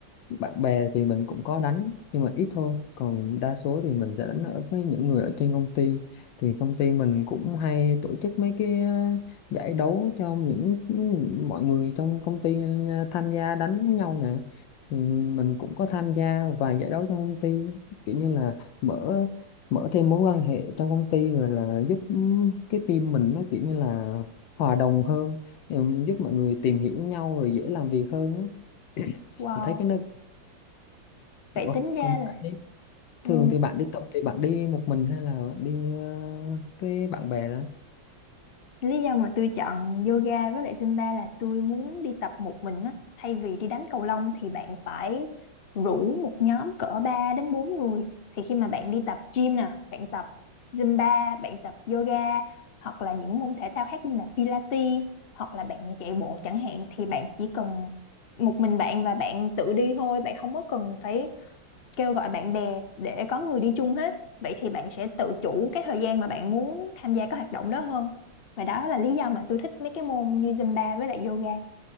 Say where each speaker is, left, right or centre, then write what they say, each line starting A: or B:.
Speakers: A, on the left; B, on the left.
A: bạn bè thì mình cũng có đánh nhưng mà ít thôi còn đa số thì mình sẽ đánh ở với những người ở trên công ty thì công ty mình cũng hay tổ chức mấy cái ờ, giải đấu cho những mọi người trong công ty ờ, tham gia đánh với nhau nè thì mình cũng có tham gia vài giải đấu trong công ty kiểu như là mở mở thêm mối quan hệ trong công ty rồi là giúp ừ, cái team mình nó kiểu như là hòa đồng hơn ừ, giúp mọi người tìm hiểu nhau rồi dễ làm việc hơn á.
B: Wow,
A: Mình thấy cái nơi
B: vậy
A: Ủa,
B: tính ra
A: còn
B: là
A: bạn đi
B: ừ,
A: thường thì bạn đi tập thì bạn đi một mình hay là bạn đi ờ, với bạn bè đó
B: Lý do mà tôi chọn yoga với lại Zumba là tôi muốn đi tập một mình á. Thay vì đi đánh cầu lông thì bạn phải rủ một nhóm cỡ 3 đến 4 người. Thì khi mà bạn đi tập gym nè, bạn tập Zumba, bạn tập yoga hoặc là những môn thể thao khác như là Pilates hoặc là bạn chạy bộ chẳng hạn thì bạn chỉ cần một mình bạn và bạn tự đi thôi, bạn không có cần phải kêu gọi bạn bè để có người đi chung hết vậy thì bạn sẽ tự chủ cái thời gian mà bạn muốn tham gia các hoạt động đó hơn và đó là lý do mà tôi thích mấy cái môn như Zumba với lại yoga